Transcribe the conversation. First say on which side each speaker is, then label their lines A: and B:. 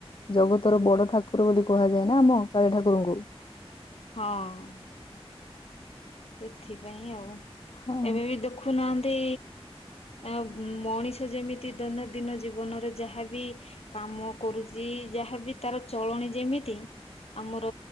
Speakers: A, on the left; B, on the left.
A: ଜଗତର ବଡ ଠାକୁର ବୋଲି କୁହାଯାଏ ନା ଆମ କାଳିଆ ଠାକୁରଙ୍କୁ।
B: ହଁ। ସେଥିପାଇଁ ଆଉ
A: ହଁ
B: ଏବେ ବି ଦେଖୁ ନାହାଁନ୍ତି ଆ ମଣିଷ ଯେମିତି ଦୈନନ୍ଦିନ ଜୀବନରେ ଯାହାବି କାମ କରୁଛି ଯାହା ବି ତାର ଚଳଣି ଯେମିତି ଆମର